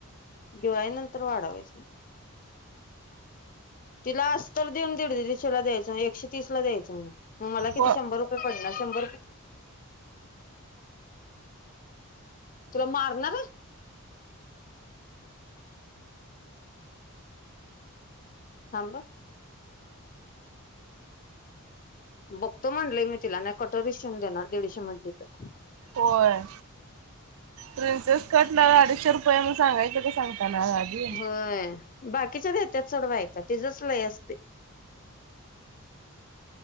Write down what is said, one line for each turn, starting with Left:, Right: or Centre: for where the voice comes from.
Left: दिवाळी नंतर वाढावायचं मग. तिला आस्तर देऊन दिड दिडशेला द्यायचं एकशे तीस ला द्यायचं म्हण. मग मला किती
Right: हो
Left: शंभर रुपय पडणार? शंबर <inaudible> तुला मारणार ह. थांब ह. बघतो म्हणलय मी तिला नाही कटोरी शिवून देणार दीडशे म्हणली तर.
Right: होय प्रिन्सेस कटला अडीचशे रुपये मुन सांगायचं का सांग? <inaudible>
Left: होय बाकीच्या देत्यात सोड बायका तिझच लय असतय.